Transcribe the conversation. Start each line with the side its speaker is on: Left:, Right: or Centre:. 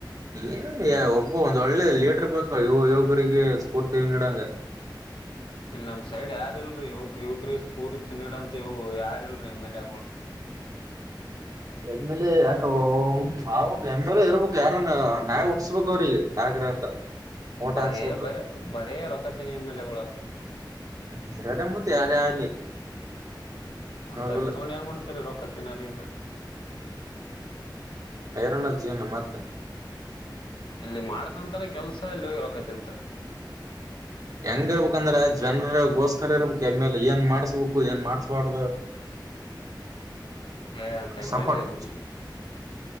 Right: ಏನ್ ಹೈ ಒಬ್ಬ ಒಂದ್ ಒಳ್ಳೆ ಲೀಡರ್ ಬೇಕು ಯುವ್ ಯುವುಕರಿಗೆ ಸ್ಫೂರ್ತಿ ನಿಡಂಗ.
Left: <inaudible> ಇಲ್ ನಮ್ ಸೈಡ್ ಯಾರ್ ಇಲ್ರಿ ಇವ್ ಯುವುಕ್ರಿಗ್ ಸ್ಫೂರ್ತಿ ನಿದಂತಾವ್ ಇವು ಯಾರ್ ಇಲ್ರಿ ಎಂ ಎಲ್ ಎ ಗುಳು.
Right: ಎಂ ಎಲ್ ಎ ಯಾಕೊ ಹ್ಮ್ಮ್ ಅಬಕು ಎಂ ಎಲ್ ಎ ಇರ್ಬಾಕೂ ಯಾರನಾ ನಾವ್ ಉಟ್ಸ್ಬಕ್ ಅವ್ರಿಗೆ ಅಗ್ರ ಅಂತ. ಓಟ
Left: ಬರೇ
Right: ಹಾಕ್ಸ್ಬೇಕು
Left: ಬರೆ ಬರೇ ರೊಕ್ಕತಿನ್ನ ಎಂ ಎಲ್ ಎ ಗುಳವ್ರು.
Right: ಮತ್ತೆ ಅದೇ ಮತ್ತೆ ಯಾರೇ ಆಗ್ಲಿ.
Left: ಅಂತರ್
Right: ಹೌದಲ್ಲ
Left: ಇಡ್ಕೊಂಡ್ ಏನ್ ಮಾಡ್ತೀರಿ ರೊಕ್ಕತಿನರ್ ಇದ್ರ.
Right: <unintelligible> ಜೀವ್ನ ಮತ್ತೆ.
Left: ಇಲ್ಲಿ ಮಾಡತಂತಾರ ಕೆಲ್ಸ ಎಲ್ಲು ಹೇಳಾಕತ್ತಿಲ್ ತಾ.
Right: ಹೆಂಗ್ ಇರ್ಬೇಕಂದ್ರೆ ಜನರಗೋಸ್ಕರ ಇರ್ಬಾಕ್ ಎಂ ಎಲ್ ಎ ಏನ್ ಮಾಡೂಸ್ಬಕು ಏನ್ ಮಾಡ್ಸ್ಬಾರ್ದು. <inaudible>
Left: ಏ ಅಂತ ಎಂ
Right: ಸಪೋರ್ಟ್
Left: ಎಲ್ ಎ ಎಲ್ ನಮ್.